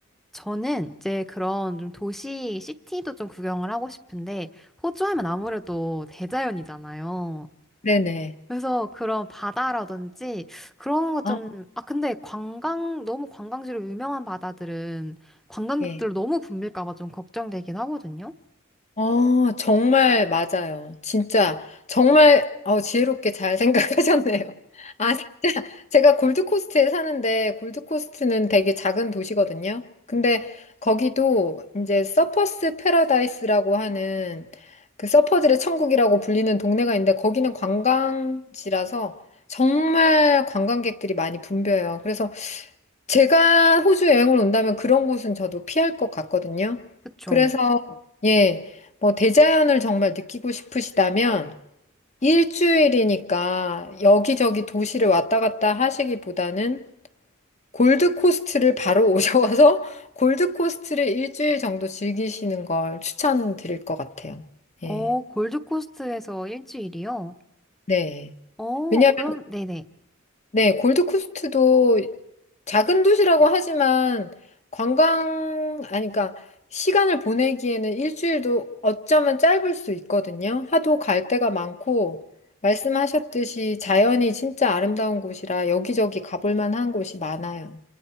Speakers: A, in the centre; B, on the left (about 35°).
A: 저는 이제 그런 좀 도시, 시티도 좀 구경을 하고 싶은데, 호주 하면 아무래도 대자연이잖아요.
B: 네네.
A: 그래서 그런 바다라든지 그런 것
B: 아,
A: 좀, 아, 근데 관광, 너무 관광지로 유명한 바다들은 관광객들로
B: 예.
A: 너무 붐빌까 봐 좀 걱정되긴 하거든요.
B: 어, 정말 맞아요. 진짜, 정말, 어, 지혜롭게 잘 <laughs> 생각하셨네요. 아, 진짜, 제가 골드코스트에 사는데, 골드코스트는 되게 작은 도시거든요. 근데 거기도 이제 서퍼스 패러다이스라고 하는 그 서퍼들의 천국이라고 불리는 동네가 있는데, 거기는 관광지라서 정말 관광객들이 많이 붐벼요. 그래서 제가 호주 여행을 온다면 그런 곳은 저도 피할 것 같거든요.
A: 그쵸?
B: 그래서, 예, 뭐, 대자연을 정말 느끼고 싶으시다면, 일주일이니까 여기저기 도시를 왔다 갔다 하시기보다는 골드코스트를 바로 <laughs> 오셔서 골드코스트를 일주일 정도 즐기시는 걸 추천드릴 것 같아요. 예.
A: 어, 골드코스트에서 일주일이요?
B: 네.
A: 어,
B: 왜냐면,
A: 그럼, 네네.
B: 네, 골드코스트도 작은 도시라고 하지만 관광, 아니, 그러니까 시간을 보내기에는 일주일도 어쩌면 짧을 수 있거든요. 하도 갈 데가 많고, 말씀하셨듯이 자연이 진짜 아름다운 곳이라 여기저기 가볼 만한 곳이 많아요.